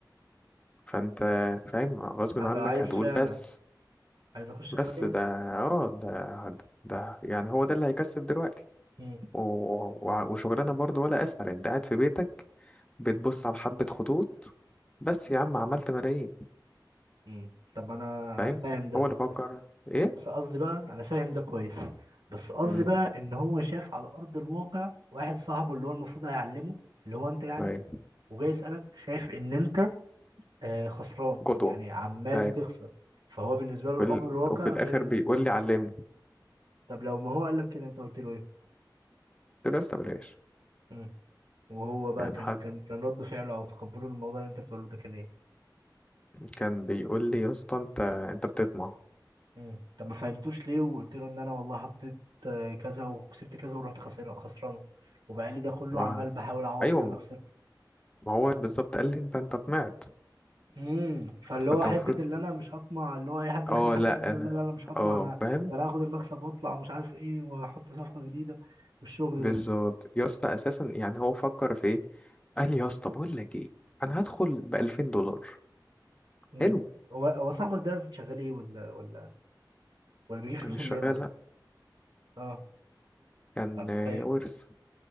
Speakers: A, on the left; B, on the right.
A: فأنت فاهم غصب
B: ابقى
A: عنك
B: عايز
A: هتقول
B: فعلا
A: بس
B: عايز اخش
A: بس
B: المجال
A: ده اه ده ده يعني هو ده اللي هيكسب دلوقتي
B: امم
A: و- و- وشغلانة برضو ولا أسهل أنت قاعد في بيتك بتبص على حبة خطوط بس يا عم عملت ملايين
B: امم طب انا
A: فاهم
B: فاهم ده
A: هو اللي فكر
B: بس
A: ايه؟
B: بس قصدي بقى انا فاهم ده كويس بس قصدي
A: مم.
B: بقى ان هو شاف على ارض الواقع واحد صاحبه اللي هو المفروض هيعلمه اللي هو انت يعني
A: ايوه
B: وجاي يسالك شايف ان انت آه خسران
A: قدوة
B: يعني عمال
A: ايوه
B: تخسر فهو بالنسبه
A: وفي,
B: له الامر
A: ال...
B: الواقع
A: وفي الاخر
B: غير ال...
A: بيقول
B: اه
A: لي علمني
B: طب لو ما هو قال لك كده انت قلت له ايه
A: قلت له يا اسطى بلاش
B: مم. وهو بقى
A: يعني
B: كان
A: حد
B: كان كان رد فعله او تقبله للموضوع اللي انت بتقوله ده كان ايه
A: كان بيقول لي يا اسطى انت انت بتطمع
B: مم. طب ما فهمتوش ليه وقلت له ان انا والله حطيت آه، كذا وكسبت كذا ورحت خسر خسرانه وبقى لي ده كله
A: ما...
B: عمال بحاول اعوض
A: ايوه
B: اللي انا خسرته
A: ما هو بالظبط قال لي انت انت طمعت طب
B: مم.
A: انت
B: فاللي هو
A: كنت
B: حته
A: المفروض
B: اللي انا مش هطمع اللي هو اي حد داخل
A: اه
B: حاجه
A: لا
B: زي كده يقول
A: انا
B: لا لا لا مش هطمع
A: اه
B: انا
A: فاهم
B: ده انا هاخد المكسب واطلع ومش عارف ايه واحط صفقه جديده والشغل
A: بالظبط
B: ده
A: يا اسطى اساسا يعني هو فكر في ايه قال لي يا اسطى بقول لك ايه انا هدخل ب 2000 دولار
B: مم.
A: حلو
B: هو هو صاحبك ده شغال ايه ولا ولا ولا بيجيب فلوسه
A: انا مش
B: منين
A: شغال
B: اصلا
A: لا
B: اه
A: كان
B: طب
A: آه،
B: طيب
A: ورث